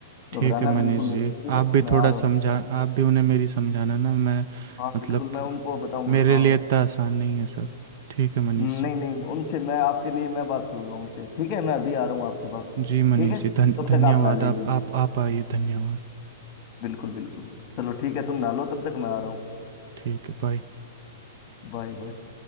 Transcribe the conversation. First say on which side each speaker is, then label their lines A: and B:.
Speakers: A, on the right (about 40°); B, on the left (about 25°).
A: ठीक
B: घबराना
A: है मनीष
B: बिल्कुल
A: जी
B: नहीं है ठीक है
A: आप भी
B: मैं
A: थोड़ा
B: आ रहा
A: समझा
B: हूँ
A: आप भी उन्हें मेरी समझाना ना मैं
B: हाँ
A: मतलब
B: बिल्कुल मैं उनको बताऊंगा
A: मेरे
B: हाँ
A: लिए इतना आसान नहीं है सब ठीक है मनीष
B: हम्म,
A: जी
B: नहीं नहीं उनसे मैं आपके लिए मैं बात करूंगा उनसे ठीक है मैं अभी आ रहा हूँ आपके पास
A: जी मनीष
B: ठीक है
A: जी धन
B: तब
A: धन्यवाद
B: तक आप ना ले
A: आप
B: लीजिए
A: आप आप आइए धन्यवाद
B: बिल्कुल बिल्कुल चलो ठीक है तुम ना लो तब तक मैं आ रहा हूँ
A: ठीक है बाय
B: Bye bye